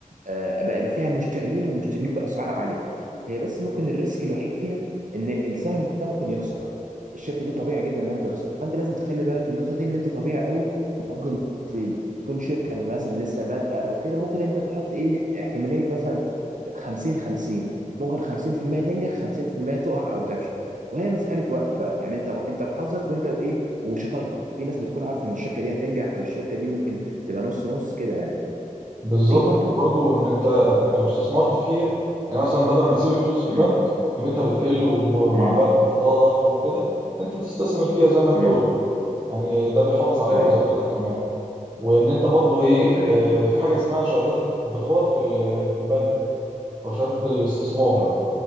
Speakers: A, on the right (about 65°); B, on the right (about 30°).
A: آه، بقى يبقى فيها مشترين ومشترين باسعار عاليه هي بس ممكن الريسك الوحيد فيها ان السهم ده ممكن يخسر الشركه دي طبيعي جدا انها تخسر فانت لازم تخلي بالك من النقطه دي ان انت طبيعي قوي ممكن ت- تكون شركه مثلا لسه بادئه او كده ممكن انت تحط ايه احتماليه مثلا 50 50 ممكن 50% تنجح 50% تقع او تفشل وهي مساله وقت بقى يعني انت انت وحظك وانت وايه وشطارتك في ناس بتكون عارفه ان الشركه دي هتنجح او الشركه دي ممكن تبقى نص نص كده يعني
B: بالظبط
A: في برضو
B: وبرضو إن أنت لو استثمرت فيها يعني مثلا بدل ما تسيب الفلوس في
A: ال...
B: البنك قيمتها بتقل ومع
A: امم
B: الوقت التضخم وكده أنت تستثمر فيها زي ما أنت
A: امم
B: قلت يعني ده بيحافظ عليها
A: ايوه
B: ويزودها كمان وان انت برضو ايه
A: ايوه
B: آه، في حاجه إيه. اسمها شهادات الادخار في ال- في البنك او شهاده الاستثمار
A: اه